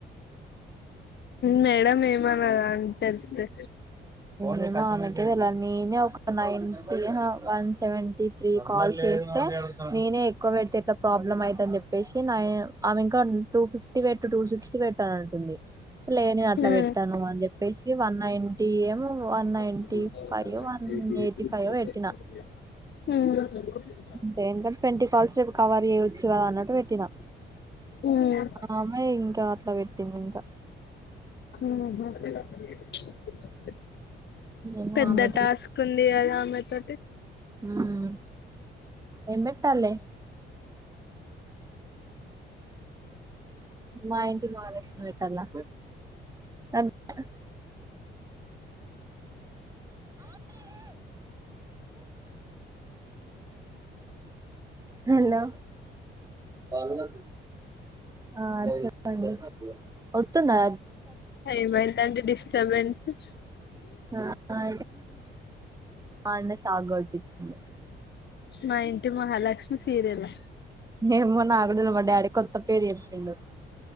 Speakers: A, on the left; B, on the right.
A: మేడం ఏమనదా అని తెలుస్తే
B: నేను ఆమెకే తెళాలి నేనే ఒక ninth once seventy three call చేస్తే నేనే ఎక్కువ పెడితే ఎలా ప్రాబ్లమ్ అవుని చెప్ పషన్ అమె ఇంకా టూ ఫిఫ్ పెట్టు టూ సిక్స్టీ పెట్టాను అంటుంది. లే నేను అట్లా
A: ఉమ్
B: పెట్టను అని చెప్పేసి వన్ నైన్ ఏమో
A: హ్మ్
B: one ninety five one eighty five పెట్టినా అంతే ఇంగ ట్వంటీ కాల్స్ రేపు కవర్ చేయచ్చు కదా అన్నట్టు పెట్టినా
A: ఉమ్
B: ఆమే ఇంకా అట్లా పెట్టింది ఇంకా
A: హ్మ్ హు
B: ఏమో
A: పెద్ద
B: ఆమెకే
A: టాస్క్ ఉంది అదా ఆమె తోటి
B: హ్మ్ ఏం పెట్టాలే మా ఇంటి మాలక్ష్మి పెట్టాలా అంత హలో హలో ఆ చెప్పండి వతుందా
A: ఏమైతంది డిస్టర్బెన్స్
B: మా అన్న సాగోటిచిండు
A: మా ఇంటి మహాలక్ష్మి సీరియల్
B: ఏ మొన్న ఆగుడుడు పడాడి కొత్త పేరు చెప్పిండు